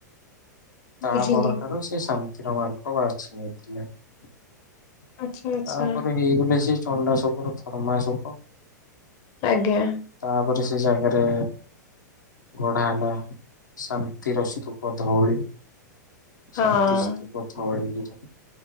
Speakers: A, on the left; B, on the left.
A: ତା
B: ବୁଝିଲି
A: ପରଠାରୁ ସେ ଶାନ୍ତି ର ମାର୍ଗ ବାଛି ନେଇଥିଲେ। ତାପରେ
B: ଆଚ୍ଛା ଆଚ୍ଛା।
A: ହେଇଗଲେ ସେ ଚଣ୍ଡାଶୋକର ଧର୍ମା ଶୋକ।
B: ଆଜ୍ଞା।
A: ତାପରେ ସେ ଜାଗାରେ ଘୋଡା ହେଲା। ଶାନ୍ତିର ସ୍ତୁପ ଧଉଳି
B: ହଁ।
A: ଶାନ୍ତି ସ୍ତୁପ ଧଉଳିିଗିରି।